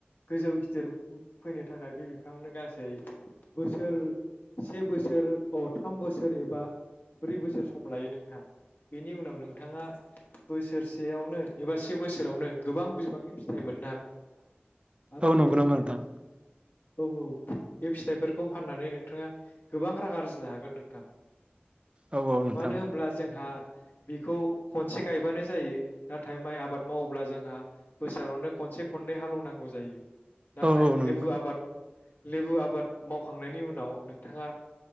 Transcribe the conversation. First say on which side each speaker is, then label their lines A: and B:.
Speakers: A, on the left; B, on the right.
A: गोजौ गिदिर फैनो थाखाय बे बिफांनो गासै बोसोर से बोसोर अ थाम बोसोर एबा ब्रै बोसोर सम लायो नोंथां बेनि उनाव नोंथाङा बोसोरसेयावनो एबा से बोसोरावनो गोबां बिबांनि फिथाइ मोननो हागोन नोंथां आरो
B: औ नंगौ
A: बे फिथाइ
B: नामा नोंथां
A: औ औ बे फिथाइफोरखौ फाननानै नोंथाङा गोबां रां आरजिनो हागोन नोंथां
B: औ औ नोंथां
A: मानो होनब्ला जोंहा बेखौ खनसे गायबानो जायो नाथाय माइ आबाद मावोब्ला जोंहा बोसोरावनो खनसे खननै हालौनांगौ जायो नाथाय
B: औ औ नंगौ
A: लेबु आबाद लेबु आबाद मावखांनायनि उनाव नोंथाङा